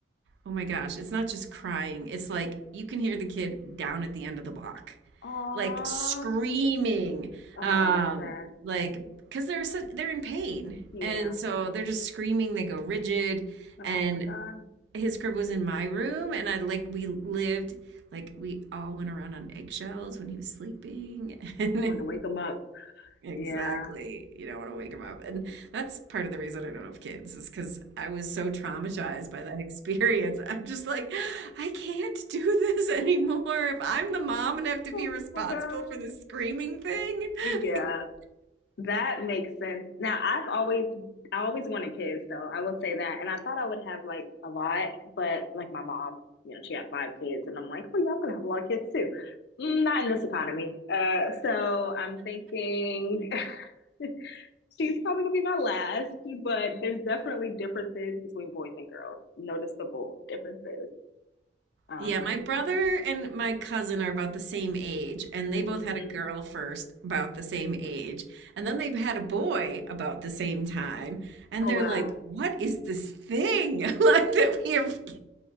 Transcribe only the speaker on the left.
Aw.
Oh,
that's sad.
Yeah.
Oh
my God.
I wanted to wake him up.
Yeah.
Oh
my God.
Yeah.
That makes sense. Now, I've always I always wanted kids though. I will say that. And I thought I would have like a lot, but like my mom, you know, she had five kids and I'm like, well, y'all gonna have a lot of kids too. Mm, Not in this economy. Uh, so I'm thinking <laughs> she's probably gonna be my last, but there's definitely differences between boys and girls. Noticeable differences. Um,
mhm.
Oh
wow.